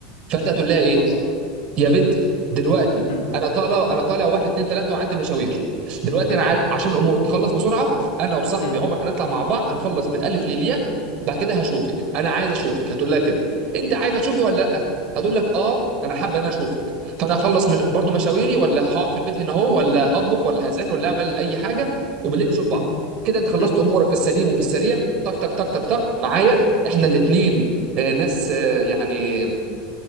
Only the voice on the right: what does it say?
فانت هتقول لها
ايه
يا
بنتي دلوقتي
انا طالع انا طالع واحد اتنين تلاته وعندي مشاوير دلوقتي
انا ع- عشان امور تخلص بسرعه انا وصاحبي
عمر هنطلع مع بعض هنخلص من الف للياء بعد كده هشوفك انا عايز اشوفك هتقول لها كده انت عايز تشوفي ولا لا هتقول لك اه انا حابه ان انا اشوفك فانا هخلص مش... برضو مشاويري ولا هقعد في البيت هنا اهو ولا هطبخ ولا هذاكر ولا اعمل اي حاجه وبالليل نشوف بعض
كده انت خلصت
امورك في السليم وفي السريع تك تك تك تك تك معايا احنا الاتنين آه، ناس آه، يعني